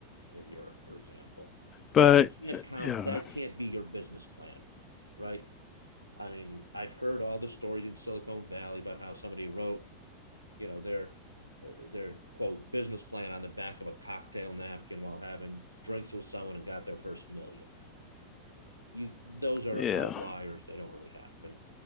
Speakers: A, on the right; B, on the left.
A: in Europe, for example,
B: But
A: right? You can't
B: uh,
A: count
B: yeah,
A: that can't be your business plan, right? I mean, I've heard all the stories in Silicon Valley about how somebody wrote, you know, their uh, their quote business plan on the back of a cocktail napkin while having drinks with someone and got their first million. You those are
B: yeah.
A: outliers; they don't really happen